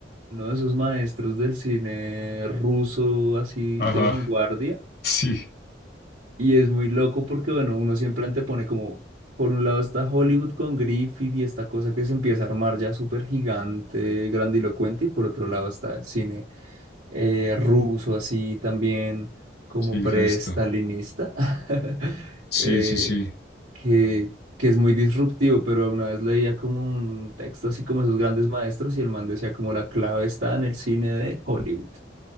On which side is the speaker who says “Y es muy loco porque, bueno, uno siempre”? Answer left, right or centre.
Right